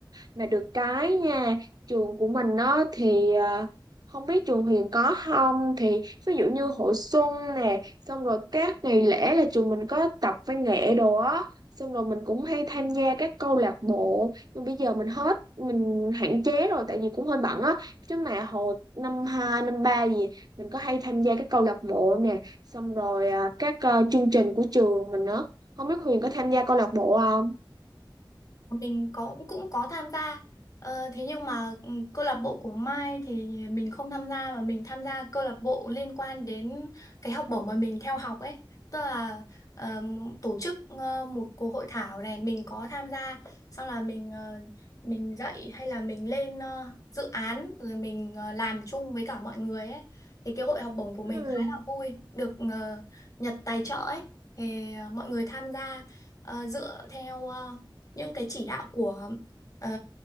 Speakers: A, on the right; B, on the left.
A: mà được cái nha trường của mình á thì ờ, không biết trường Huyền có không thì ví dụ như hội xuân nè xong rồi các ngày lễ là trường mình có tập văn nghệ đồ á xong rồi mình cũng hay tham gia các câu lạc bộ Nhưng bây giờ mình hết mình hạn chế rồi tại vì cũng hơi bận á chứ mà hồi năm 2 năm 3 gì mình có hay tham gia các câu lạc bộ nè xong rồi à, các ờ, chương trình của trường mình nữa không biết Huyền có tham gia câu lạc bộ không
B: mình có cũng có tham gia ờ, thế nhưng mà ừ, câu lạc bộ của Mai thì mình không tham gia mà mình tham gia câu lạc bộ liên quan đến cái học bổng mà mình theo học ấy tức là ờm, tổ chức ờ, một cuộc hội thảo này mình có tham gia xong là mình ờ, mình dạy hay là mình lên ờ, dự án rồi mình ờ, làm chung với cả mọi người ấy thì cái hội học bổng của mình
A: ừ.
B: khá là vui được ờ, Nhật tài trợ ấy thì ờ, mọi người tham gia ờ, dựa theo ờ, những cái chỉ đạo của ờ,